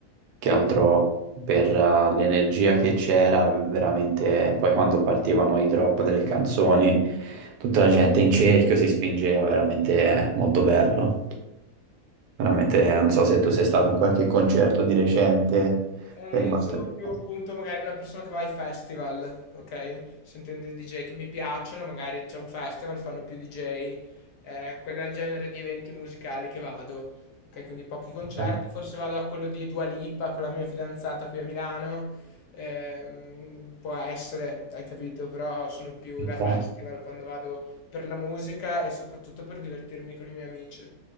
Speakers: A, on the right (about 90°); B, on the left (about 90°).
A: Che
B: Au-
A: altro per eh, l'energia che c'era, veramente, poi quando partivano i drop delle canzoni, tutta la gente in cerchio si spingeva, veramente molto bello. Veramente, non so se tu sei stato in qualche concerto di recente,
B: Eh,
A: sei rimasto.
B: io sono
A: impresso.
B: più appunto magari una persona che va ai festival, ok? Sentendo i DJ che mi piacciono, magari c'è un festival, fanno più DJ, eh, quello è il genere di eventi musicali che vado, ok? Quindi pochi concerti,
A: Ci
B: forse vado a quello di Dua Lipa con la mia fidanzata qui a Milano, ehm, può essere, hai capito? Però sono più da
A: sta,
B: festival quando vado per la musica e soprattutto per divertirmi con i miei amici.